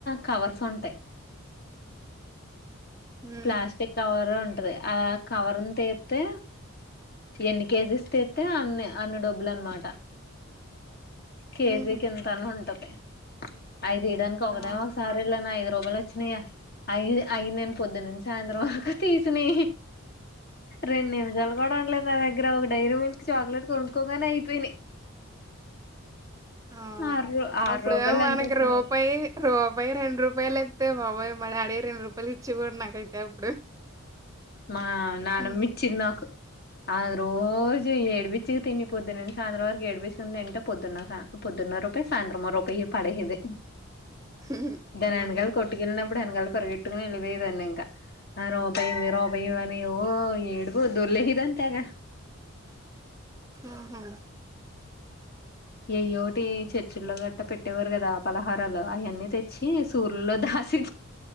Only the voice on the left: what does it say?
కవర్స్ ఉంటాయి
ప్లాస్టిక్ కవరు ఉంటది ఆ కవర్ తీత్తే ఎన్ని కేజీస్ తీత్తే అన్ని అన్ని డబ్బులు అన్నమాట కేజీకి
ఇంతని ఉంటది ఐదు ఈడానికి ఒకటే
ఒక సారి ఇలా రోగాలు వచ్చినాయ ఐదు అయినే పొద్దు నుంచి సాయంత్రం వరకు తీసని రెండు నిమిషాలు కూడా ఉండలేదు నా దగ్గర ఒక డైరీ మిల్క్ చాక్లెట్ కొనుక్కోగానే అయిపోయినాయి
ఆరు ఆరు
రూపాయలు
ఎంతో వచ్చినాయి
మా నానమ్మ
ఇచ్చింది నాకు ఆ రోజు ఎడ్పి పిచ్చి తి పొద్దునని సాయంత్రం వరకు ఏడిపించుకుందింటే పొద్దున్న పొదున్న రూపాయి సాయంత్రం రూపాయి పడేది
దానెనకాల్
కొట్టు కింద ఇప్పుడెనకాల్ పరిగె <unintelligible> ఇంకా ఆ రూపాయి రూపయి అవేవో ఏడుపో దొర్లేవిదంతాగా
ఎయ్యోటి చర్చిల్లో గట్ట పెట్టేవారు కదా పలహారాలు అవన్నీ తెచ్చి సూర్ల్లో దాసి